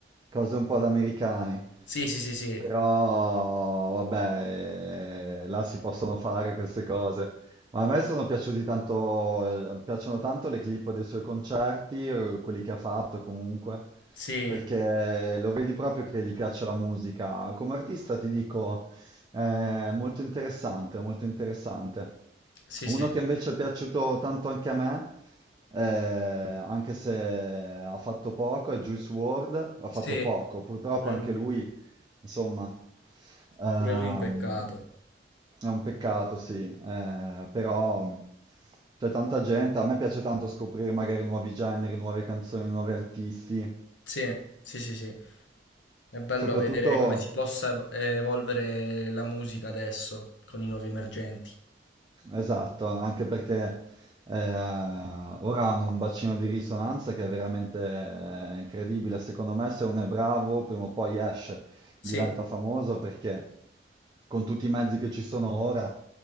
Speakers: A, on the right (about 25°); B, on the left (about 80°).
A: cose un po' da americani.
B: Sì, sì, sì, sì.
A: Però, vabbè, eh, là si possono fare queste cose. Ma a me sono piaciuti tanto, eh, piacciono tanto le clip dei suoi concerti, eh, quelli che ha fatto comunque,
B: Sì,
A: perché lo vedi proprio che gli piace la musica. Come artista ti dico, è molto interessante, molto interessante.
B: sì,
A: Uno
B: sì.
A: che invece è piaciuto tanto anche a me, eh, anche se ha fatto poco, è Juice WRLD, ha
B: Sì,
A: fatto poco, purtroppo
B: pure
A: anche
B: lui.
A: lui, insomma, ehm,
B: Pure lui un peccato.
A: è un peccato, sì, eh, però c'è tanta gente, a me piace tanto scoprire magari nuovi generi, nuove canzoni, nuovi artisti,
B: Sì, sì, sì, sì. È bello
A: soprattutto...
B: vedere come si possa ev- evolvere la musica adesso con i nuovi emergenti.
A: Esatto, anche perché eh, ora hanno un bacino di risonanza che è veramente eh, incredibile. Secondo me, se uno è bravo, prima o poi esce,
B: Sì,
A: diventa famoso perché con tutti i mezzi che ci sono ora,